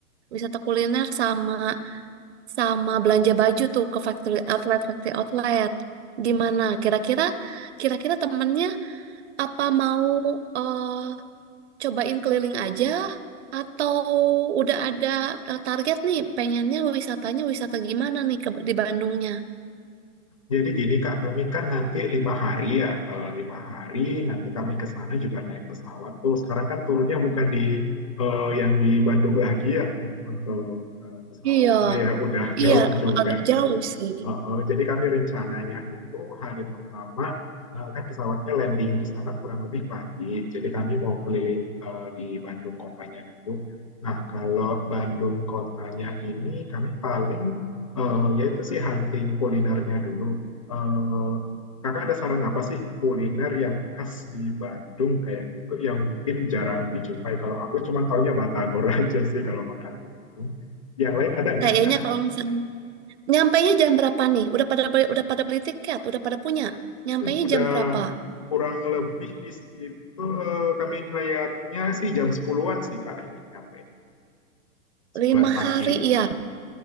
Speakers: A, on the right (about 50°); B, on the left (about 25°).
A: Wisata kuliner sama sama belanja baju tuh ke factory outlet, factory outlet. Gimana? Kira-kira kira-kira temennya apa mau eh, cobain keliling aja atau udah ada eh, target nih pengennya wisatanya wisata gimana nih ke, di Bandungnya?
B: Jadi gini Kak, kami kan nanti lima hari ya, Eh, lima hari nanti kami ke sana juga naik pesawat tuh. Sekarang kan turunnya bukan di eh, yang di Bandung lagi ya untuk eh, pesawatnya
A: Iya,
B: ya udah <laughs>
A: iya
B: jauh juga
A: agak jauh
B: sih.
A: sih.
B: Eh, eh, jadi kami rencananya itu hari pertama eh, kan pesawatnya landing di sana kurang lebih pagi. Jadi kami mau keliling eh, di Bandung kotanya dulu. Nah kalau Bandung kotanya ini kami paling eh, ya itu sih hunting kulinernya dulu. Eh, kakak ada saran apa sih kuliner yang khas di Bandung kayak gitu yang mungkin jarang dijumpai? Kalau aku cuma taunya Batagor <laughs> aja sih kalau makanan Bandung. Yang lain ada nggak,
A: Kayaknya
B: Kak?
A: kalau misalnya nyampainya jam berapa nih? Udah pada beli, udah pada beli tiket, udah pada punya. Nyampainya
B: <laughs> Udah
A: jam berapa?
B: kurang lebih di situ eh, kami layaknya sih jam sepuluhan sih, Kak, ini nyampe sepuluhan
A: Lima
B: pagi.
A: hari ya.